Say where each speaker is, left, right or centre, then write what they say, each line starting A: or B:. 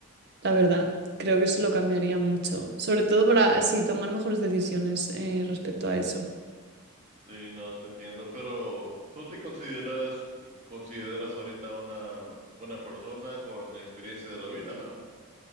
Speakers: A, on the right; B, on the right.
A: La verdad, creo que eso lo cambiaría mucho, sobre todo para, sí, tomar mejores decisiones eh, respecto a eso.
B: sí, no te entiendo, pero ¿tú te consideras consideras ahorita una buena persona con experiencia de la vida, ¿no?